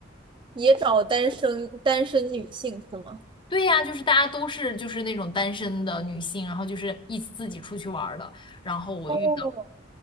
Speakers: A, on the right; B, on the left.
A: 也找单身单身女性是吗？
B: 对呀，就是大家都是就是那种单身的女性，然后就是一起自己出去玩儿的，然后我遇到
A: 哦，